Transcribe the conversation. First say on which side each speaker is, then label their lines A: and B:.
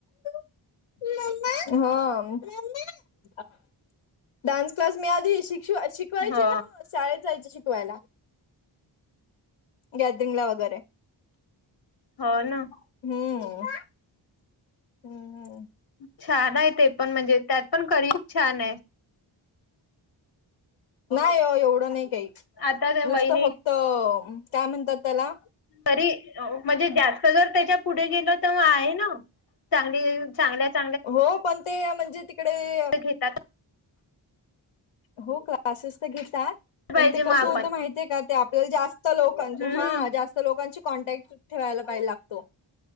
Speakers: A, on the left; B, on the left.
A: हा डान्स क्लास मी आधी शिक शिकवायचे
B: हो
A: ना शाळेत जायचे शिकवायला. गॅदरिंगला वगैरे
B: हो ना.
A: हम्म. हम्म हम्.
B: छान आहे ते पण म्हणजे त्यात पण करी खूप छान आहे.
A: नाही एवढं नाही काही
B: आता त्या
A: नुसतं
B: वहिनी
A: फक्त काय म्हणतात त्याला
B: तरी म्हणजे जास्त जर त्याच्या पुढे गेले तर मग आहे ना सांगली सांगले.
A: हो पण ते म्हणजे तिकडे.
B: घेतात
A: हो क्लासेस त घेतात.
B: पाहिजे
A: पण ते कसं
B: मग आपण
A: होत माहितीय का ते आपल्याला जास्त लोकांचे
B: हम्म
A: हा जास्त लोकांचे कॉन्टॅक्ट ठेवायला पाय लागतो.